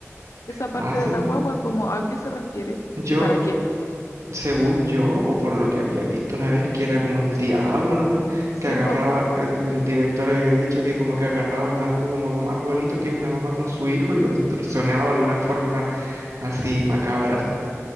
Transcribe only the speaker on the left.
Esa parte
de la
guagua, como a qué se refiere
y para qué.
Sí,
po.